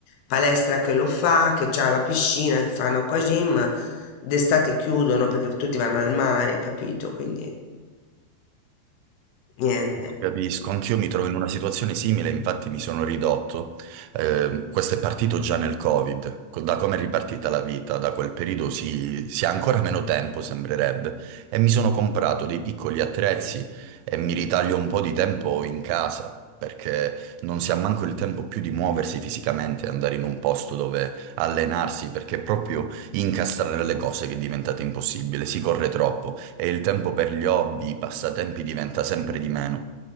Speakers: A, on the left; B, on the right.
A: palestra che lo fa, che c'ha la piscina, che fanno acqua gym, d'estate chiudono perché tutti vanno al mare, capito? Quindi niente.
B: Capisco, anch'io mi trovo in una situazione simile, infatti mi sono ridotto. Eh, questo è partito già nel Covid, co- da come è ripartita la vita, da quel periodo si, si ha ancora meno tempo, sembrerebbe, e mi sono comprato dei piccoli attrezzi e mi ritaglio un po' di tempo in casa, perché non si ha manco il tempo più di muoversi fisicamente, andare in un posto dove allenarsi, perché è proprio incastrare le cose che è diventate impossibile, si corre troppo e il tempo per gli hobby, i passatempi diventa sempre di meno.